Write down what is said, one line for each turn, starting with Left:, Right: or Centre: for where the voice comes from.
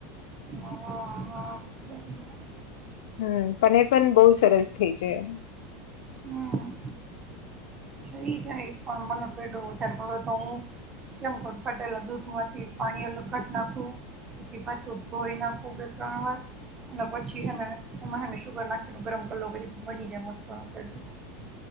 Right: અ વા વા <unintelligible>
Left: હમ્મ પનીર પણ બહુ સરસ થઇ જાય એમ.
Right: હા. થઈ જાય પણ મનો પેડો વધારે પડે તો હું કેમ ક પટેલા દૂધમાંથી પાણી અલગ કટ નાખું પછી પાછું ધોઈ નાખું બે ત્રણ વાર અને પછીને એમાં શુગર નાખી ગરમ કર પછી બની જાય મસ્તોનો પેડો.